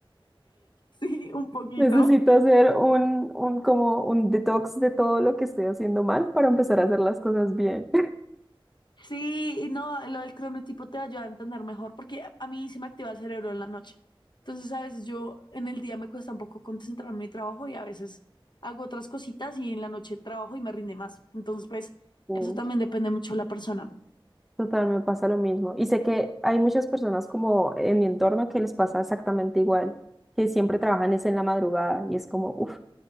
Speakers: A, on the left (about 55°); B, in the centre.
A: Sí, un poquito.
B: necesito hacer un, un como un detox de todo lo que estoy haciendo mal para empezar a hacer las cosas bien.
A: Sí, y no, lo del cronotipo te ayuda a entender mejor, porque a a mí se me activa el cerebro en la noche. Entonces, a veces yo en el día me cuesta un poco concentrarme en mi trabajo y a veces hago otras cositas y en la noche trabajo y me rinde más. Entonces, pues,
B: <laughs>
A: eso también depende mucho de la persona.
B: Total, me pasa lo mismo. Y sé que hay muchas personas como en mi entorno que les pasa exactamente igual, que siempre trabajan es en la madrugada y es como, uff,